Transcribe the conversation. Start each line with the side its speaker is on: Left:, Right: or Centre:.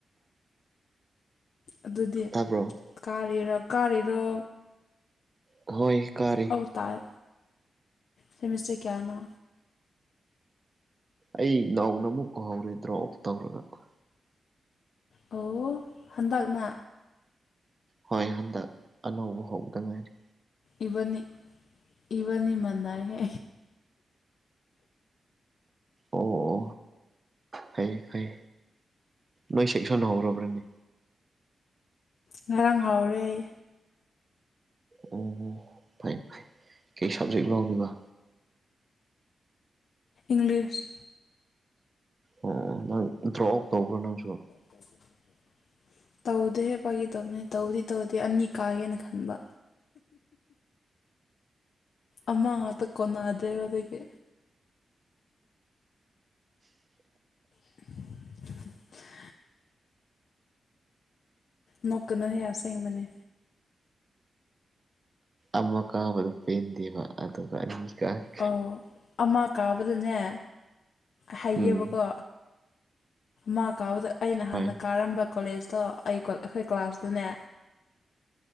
Left: ꯑꯗꯨꯗꯤ
Right: ꯇꯥꯕ꯭ꯔꯣ
Left: ꯀꯥꯔꯤꯔꯣ ꯀꯥꯔꯤꯔꯣ꯫
Right: ꯍꯣꯏ꯫ ꯀꯥꯔꯤ
Left: ꯑꯧ ꯇꯥꯏ ꯁꯦꯃꯤꯁꯇ ꯀꯌꯥꯅꯣ꯫
Right: ꯑꯩ ꯅꯧꯅ ꯑꯃꯨꯛ ꯍꯧꯔꯦ ꯗ꯭ꯔꫭꯞ ꯇꯧꯔꯒ꯫
Left: ꯑꯣ ꯍꯟꯗꯛꯅ꯫
Right: ꯍꯣꯏ ꯍꯟꯗꯛ ꯑꯅꯧꯕ ꯍꯧꯕꯗ ꯉꯥꯏꯔꯤ꯫
Left: ꯏꯕꯅꯤ ꯏꯕꯅꯤ ꯃꯅꯥꯏꯍꯦ꯫
Right: ꯑꯣ ꯑꯣ ꯐꯩ ꯐꯩ ꯅꯣꯏ ꯁꯦꯛꯁꯟ ꯍꯧꯔꯕ꯭ꯔꯅꯦ꯫
Left: ꯉꯔꯥꯡ ꯍꯥꯎꯔꯦ ꯑꯩ꯫
Right: ꯑꯣ ꯑꯣ ꯐꯩ ꯐꯩ ꯀꯩ ꯁꯕꯖꯦꯛ ꯂꯧꯔꯤꯕ꯫
Left: ꯏꯪꯂꯤꯁ꯫
Right: ꯑꯣ ꯅꯪ ꯗ꯭ꯔꯣꯑꯥꯎꯠ ꯇꯧꯕ꯭ꯔ ꯅꯪꯁꯨ꯫
Left: <unintelligible> ꯇꯧꯗꯦꯍꯦ ꯐꯥꯒꯤ ꯇꯧꯕꯅꯦ ꯇꯧꯗꯤ ꯇꯧꯗꯦ ꯑꯅꯤ ꯀꯥꯒꯦꯅ ꯈꯟꯕ꯫ ꯑꯃ ꯉꯥꯛꯇ ꯀꯣꯟꯅꯗ꯭ꯔꯦꯕ ꯑꯗꯒꯤ꯫ <unintelligible> ꯅꯣꯛꯀꯅꯣꯍꯦ ꯑꯁꯦꯡꯕꯅꯦ꯫
Right: ꯑꯃ ꯀꯥꯕꯗꯨ ꯄꯦꯟ ꯗꯦꯕ ꯑꯗꯨꯒ ꯑꯅꯤ ꯀꯥꯒꯤ꯫
Left: ꯑꯣ ꯑꯃ ꯀꯥꯕꯗꯅꯦ ꯍꯥꯏꯒꯦꯕꯀꯣ꯫
Right: ꯎꯝ
Left: ꯃꯥ ꯀꯥꯕꯗ ꯑꯩꯅ ꯍꯥꯟꯅ
Right: ꯍꯣꯏ
Left: ꯀꯥꯔꯝꯕ ꯀꯣꯂꯦꯖꯇꯣ ꯑꯩ ꯑꯩꯈꯣꯏ ꯀ꯭ꯂꯥꯁꯇꯨꯅꯦ꯫